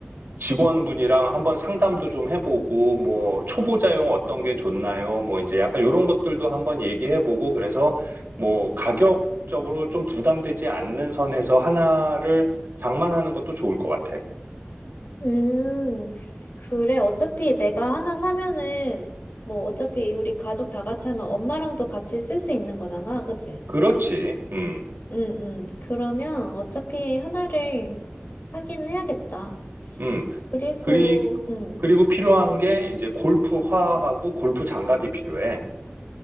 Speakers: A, on the right (about 55°); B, on the left (about 50°).
A: 직원분이랑 한번 상담도 좀 해보고, 뭐, 초보자용 어떤 게 좋나요? 뭐, 이제 약간 이런 것들도 한번 얘기해보고, 그래서 뭐, 가격적으로 좀 부담되지 않는 선에서 하나를 장만하는 것도 좋을 것 같아.
B: 음, 그래. 어차피 내가 하나 사면은 뭐 어차피 우리 가족 다 같이 하면 엄마랑도 같이 쓸 수 있는 거잖아. 그치?
A: 그렇지. 음,
B: 응, 응. 그러면 어차피 하나를 사긴 해야겠다.
A: 음.
B: 그리고,
A: 그리,
B: 응.
A: 그리고 필요한 게 이제 골프화하고 골프 장갑이 필요해.